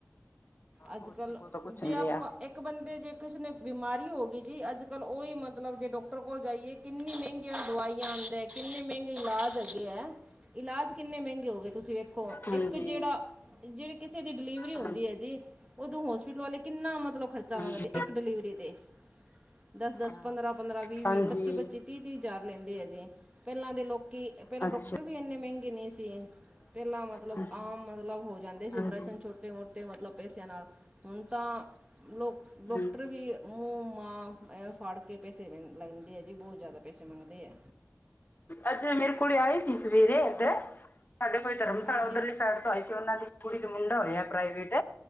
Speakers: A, on the right; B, on the left.
A: ਅੱਜ
B: ਉਹਦੇ
A: ਕੱਲ
B: ਕੋਲ ਤਾਂ ਕੁਝ
A: ਜੇ
B: ਨਹੀਂ
A: ਆਪਾਂ
B: ਰਿਹਾ
A: ਇੱਕ ਬੰਦੇ ਜੇ ਕਿਸੇ ਨੇ ਬਿਮਾਰੀ ਹੋ ਗਈ ਜੀ, ਅੱਜ-ਕੱਲ ਉਹੀ ਮਤਲਬ ਜੇ ਡੋਕਟਰ ਕੋਲ ਜਾਈਏ ਕਿੰਨੀ ਮਹਿੰਗੀਆਂ ਦਵਾਈਆਂ ਆਂਦੇ, ਕਿੰਨੇ ਮਹਿੰਗੇ ਇਲਾਜ ਹੈਗੇ ਐ। ਇਲਾਜ ਕਿੰਨੇ ਮਹਿੰਗੇ ਹੋ ਗਏ, ਤੁਸੀਂ ਵੇ ਖੋ,
B: ਹਾਂਜੀ
A: ਇੱਕ ਜੇੜਾ ਜੇੜੀ ਕਿਸੇ ਦੀ ਡਿਲੀਵਰੀ ਹੁੰਦੀ
B: ਹਾਂਜੀ
A: ਐ ਜੀ ਉਦੋਂ ਹੋਸਪਿਟਲ ਵਾਲੇ ਕਿੰਨਾ ਮਤਲਬ ਖਰਚਾ
B: ਹਾਂਜੀ
A: ਮੰਗਦੇ ਇੱਕ ਡਿਲੀਵਰੀ ਤੇ ਦਸ-ਦਸ,
B: ਹਾਂ,
A: ਪੰਦਰਾਂ-ਪੰਦਰਾਂ, ਵੀਹ-ਵੀਹ,
B: ਹਾਂਜੀ
A: ਪੱਚੀ-ਪੱਚੀ ਤੀਹ-ਤੀਹ ਹਜਾਰ ਲੈਂਦੇ ਆ ਜੇ, ਪੈਲਾਂ ਦੇ ਲੋਕੀ ਪੈਲਾਂ
B: ਅੱਛਾ
A: ਡਾਕਟਰ ਵੀ ਇੰਨੇ ਮਹਿੰਗੇ ਨਈ ਸੀ। ਪੈਲਾਂ ਮਤਲਬ
B: ਹਾਂਜੀ
A: ਆਮ ਮਤਲਬ ਹੋ ਜਾਂਦੇ ਸੀ
B: ਹਾਂਜੀ
A: ਓਪ੍ਰਰਸ਼ਨ ਛੋਟੇ ਮੋਟੇ ਮਤਲਬ ਪੇਸਿਆਂ ਨਾਲ, ਹੁਣ ਤਾਂ ਲੋਕ ਡੋਕਟਰ
B: ਹਾਂਜੀ
A: ਵੀ ਮੂੰ ਮਾਂ ਇਹ ਫੜ ਕੇ ਪੈਸੇੈਂ ਲੈਂਦੇ ਆ ਜੀ ਬਹੁਤ ਜੈਦਾ ਪੈਸੇ ਮੰਗਦੇ ਆ।
B: ਅੱਜ ਮੇਰੇ ਕੋਲ ਆਏ ਸੀ ਸਵੇਰੇ ਇੱਧਰ ਸਾਡੇ ਕੋਈ ਧਰਮਸ਼ਾਲਾ
A: ਹਾਂਜੀ
B: ਉੱਧਰ ਲਈ ਸਾਇਡ ਤੋਂ ਆਏ ਸੀ, ਉਹਨਾਂ ਦੀ ਕੁੜੀ ਦਾ ਮੁੰਡਾ ਹੋਇਆ ਪ੍ਰਾਈਵੇਟ